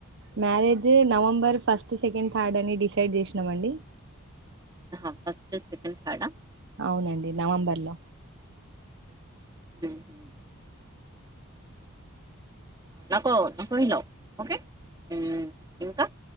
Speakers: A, on the right (about 60°); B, on the right (about 20°).
A: marriage November first second third అని డిసైడ్ చేసినామండి
B: ఆహా ఫస్ట్ సెకండ్ థార్డ్ ఆ
A: అవునండి నవంబర్ లో
B: హ్మ్మ్ నకో నకో ఇలా ఓకే హ్మ్మ్ ఇంకా